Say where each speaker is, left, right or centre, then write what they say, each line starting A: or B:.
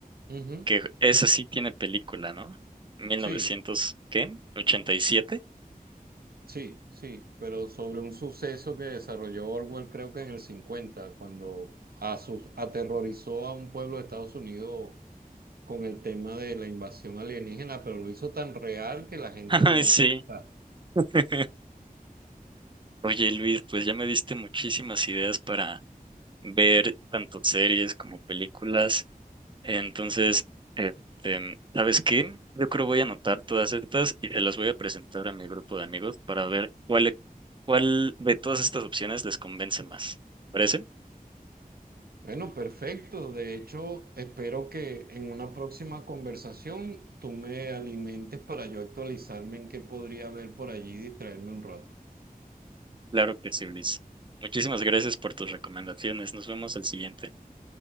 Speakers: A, on the right; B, on the right.
A: Ujú,
B: que esa sí tiene película, ¿no? ¿mil
A: Sí.
B: novecientos ¿qué? ¿87?
A: Sí, sí, pero sobre un suceso que desarrolló Orwell creo que en el cincuenta cuando asu- aterrorizó a un pueblo de Estados Unidos con el tema de la invasión alienígena, pero lo hizo tan real que la gente,
B: <laughs>
A: bueno,
B: Ay, Sí.
A: Ah,
B: <laughs> Oye, Luis, pues ya me diste muchísimas ideas para ver tanto series como películas. Entonces, este, ¿sabes qué? Yo creo voy a anotar todas estas y se las voy a presentar a mi grupo de amigos para ver cuál, e- cuál de todas estas opciones les convence más. ¿Parece?
A: bueno, perfecto. De hecho, espero que en una próxima conversación tú me alimentes para yo actualizarme en qué podría haber por allí y distraerme un rato.
B: Claro que sí, Luis. Muchísimas gracias por tus recomendaciones. Nos vemos al siguiente.